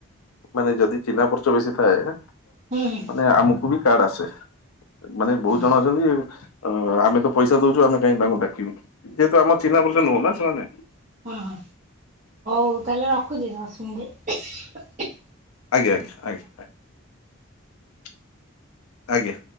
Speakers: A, on the left; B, on the right.
A: ନାଇ ଯଦି ଚିନହା ପରିଚ ବେଶୀ ଥାଏ,
B: ହୁଁ ହୁଁ
A: ମାନେ ଆମକୁ ବି କାର୍ଡ ଆସେ। ମାନେ ବୋହୁତ
B: ଓହୋ
A: ଜଣ ଅଛନ୍ତି ଅ-ଆମେ ତ ପଇସା ଦୋଉଚୁ ଆମେ କାହିଁକି ତାଙ୍କୁ ଡାକିବୁ ଯେହେତୁ ଆମ ଚିହ୍ନା ପରିଚ ନୁହଁ ନା ସେମାନେ
B: ହଁ ହଁ ହୋଉ ତାହେଲେ ରଖୁଚି ଦଶ ମିନିଟ
A: ଆଜ୍ଞା ଆଜ୍ଞା ଆଏ ଆଏ। ଆଜ୍ଞା।